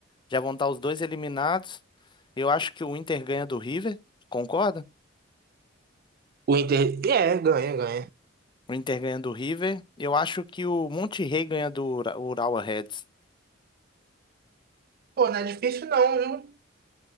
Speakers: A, on the left; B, on the right.
A: já vão estar os dois eliminados. Eu acho que o Inter ganha do River, concorda?
B: O Inter, é, ganha, ganha.
A: O Inter ganha do River. Eu acho que o Monte Rey ganha do Ura- Urawa Reds.
B: Pô, não é difícil não, viu?